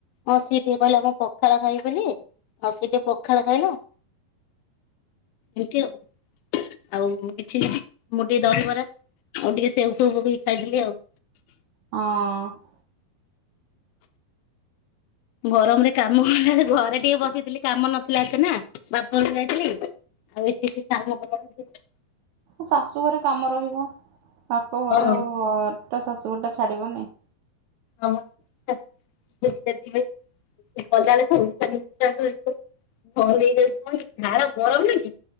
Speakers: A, on the left; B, on the right.
A: ହଁ ସିଏ ଟିକେ କହିଲା ମୁଁ ପଖାଳ ଖାଇବି ବୋଲି ଆଉ ସିଏ ଟିକେ ପଖାଳ ଖାଇଲା। ଏମତି ଆଉ ଆଉ କିଛି ମୁଁ ଟିକେ ଦହିବରା ଆଉ ଟିକେ ସେଉ ଫେଉ ପକେଇ ଖାଇଦେଲି ଆଉ
B: ହଁ।
A: ଗରମରେ କାମ କଲା ଘରେ ଟିକେ ବସିଥିଲି କାମ ନଥିଲା ଏତେ ନା ବାପଘରକୁ ଯାଇଥିଲି। ଖାଲି ଟିକେ କାମ କଲା ବେଳକୁ
B: ଶାଶୁ ଘରେ କାମ ରହିବ, ବାପ ଘର
A: ହଁ।
B: ଟା ଶାଶୁଘର ଟା ଛାଡିବନି।
A: ହଁ କେ କେତେ ଦିନ କଲା ବେଳକୁ ପୁରା ନିଃଶ୍ୱାସ ବନ୍ଦ ହେଇଯାଇଛି କି ଝାଳ ଗରମ ନୁହେଁ କି?